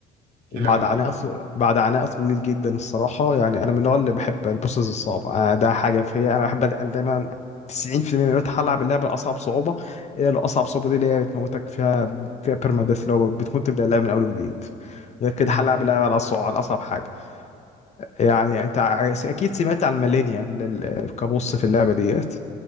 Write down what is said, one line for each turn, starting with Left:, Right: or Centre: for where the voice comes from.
Right: احكيلي
Left: وبعد
Right: عنها
Left: عناء بعد عناء طويل جدا الصراحة يعني أنا من النوع اللي بحب البوسز الصعبة آه، ده حاجة فيا أنا بحب أتقل دايما 90% من الوقت هلعب اللعبة الأصعب صعوبة هي لو أصعب صعوبة دي اللي هي بتموتك فيها فيها ديث اللي هو بتموت تبدأ اللعبة من أول وجديد غير كده
Right: مهم.
Left: هلعب اللعبة على الصعوبة على أصعب حاجة يعني أنت ع- أكيد سمعت عن مالينيا لل- كبوس في اللعبة ديت